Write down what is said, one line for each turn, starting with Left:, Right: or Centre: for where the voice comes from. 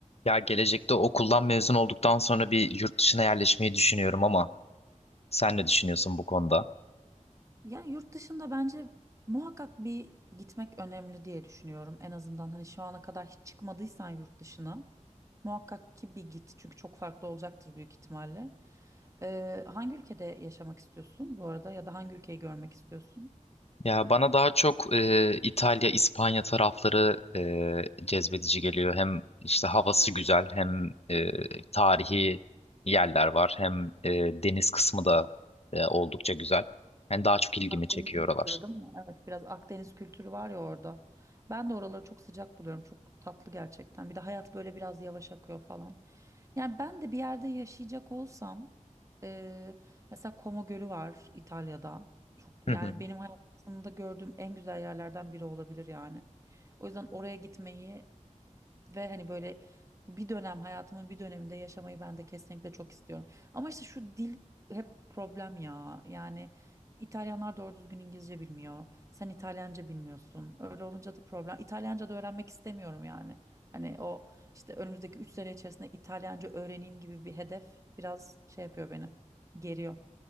Left: Ya gelecekte okuldan mezun olduktan sonra bir yurt dışına yerleşmeyi düşünüyorum ama sen ne düşünüyorsun bu konuda?
Right: Ya yurt dışında bence muhakkak bir gitmek önemli diye düşünüyorum. En azından hani şu ana kadar hiç çıkmadıysan yurt dışına muhakkak ki bir git. Çünkü çok farklı olacaktır büyük ihtimalle. Ee, hangi ülkede yaşamak istiyorsun bu arada ya da hangi ülkeyi görmek istiyorsun?
Left: Ya bana daha çok e, İtalya, İspanya tarafları e, cezbedici geliyor. Hem işte havası güzel, hem e, tarihi yerler var, hem e, deniz kısmı da e, oldukça güzel. Yani daha çok ilgimi
Right: Akdeniz
Left: çekiyor oralar.
Right: kültürü değil mi? Evet, biraz Akdeniz kültürü var ya orada. Ben de oraları çok sıcak buluyorum. Çok tatlı gerçekten. Bir de hayat böyle biraz yavaş akıyor falan. Yani ben de bir yerde yaşayacak olsam, e, mesela Como Gölü var İtalya'da. Çok yani
Left: <laughs>
Right: benim hayatımda gördüğüm en güzel yerlerden biri olabilir yani. O yüzden oraya gitmeyi ve hani böyle bir dönem hayatımın bir döneminde yaşamayı ben de kesinlikle çok istiyorum. Ama işte şu dil hep problem ya. Yani İtalyanlar doğru düzgün İngilizce bilmiyor. Sen İtalyanca bilmiyorsun. Öyle olunca da problem. İtalyanca da öğrenmek istemiyorum yani. Hani o işte önümüzdeki 3 sene içerisinde İtalyanca öğreneyim gibi bir hedef biraz şey yapıyor beni. Geriyor.